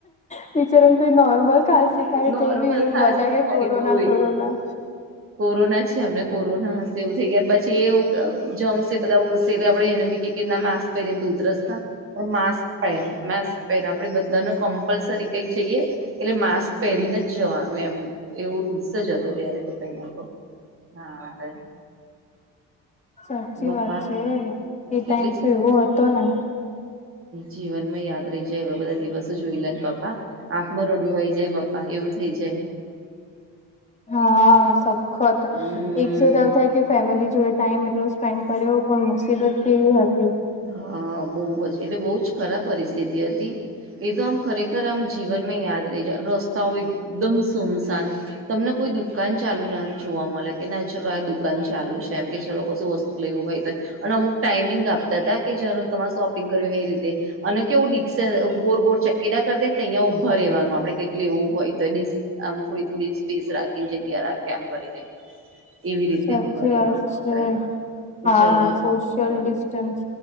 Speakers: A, on the left (about 20°); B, on the right (about 40°).
A: ટીચર નોર્મલ ખાાસખાય
B: નોર્મલ
A: તો બી એવ
B: ખાંસી
A: બધા કે
B: હોય
A: કોરોના
B: તોય
A: કોરોના
B: કોરોના છે અમને કોરોના હશે એવું થઈ ગયા પછી એ જમશે બધા ઉડશે એટલે આપડે એને બી કે ના માસ્ક પ્ય તો ઉતરસતા પણ માસ્ક પહેર માસ્ક પહેર આપણે બધાને કમ્પલસરી કઈ જઈએ એટલે માસ્ક પહેરીને જ જવાનું એમ એવો રૂલ્સ જ હતો ત્યારે તો પેલા તો હા હ
A: સાચી
B: બાપા
A: વાત છે એ ટાઈમ
B: કેટલી
A: તો એવો હતો ને.
B: જીવન માં યાદ રહી જાય એવા બધા દિવસો જોયલા જ બાપા આંખમાં રડું હોઈ જાય પપ્પા એવું થઇ જાય
A: હા સખત
B: હમ
A: એક જો તો એવું થાય કે ફેમિલી જોડે ટાઈમ એટલો સ્પેન્ડ કર્યો પણ મુસીબત હતી
B: હા બહ એટલે બહુ જ ખરાબ પરિસ્થિતિ હતી એ તો આમ ખરેખર આમ જીવનમાં યાદ રસ્તાઓ એકદમ સોમસાન તમને કોઈ દુકાન ચાલુ ના જોવા મળે કે ના ચાલલો આ દુકાન ચાલુ છે એમ કે ચલો કશું વસ્તુ લેવું હોય તો અને અમુક ટાઈમિંગ આપતા હતા કે જયારે તમારે શોપિંગ કર્યું એ રીતે અને કેવુંિકસ ગોર ગોર ચકેડા કર દને અહીંયા ઉઊભા રહેવાનું આપડે કંઈક લેવું હોય તો એ આમ થોડી થોડી સ્પેસ રાખીને જગ્યા રાખે આમ કરીને. એવી રીતે
A: સાચી
B: ઊભા રહેવાનું
A: વાત છે
B: આપડે
A: હા
B: ચલો લેવા
A: સોશિયલ ડિસ્ટન્સ.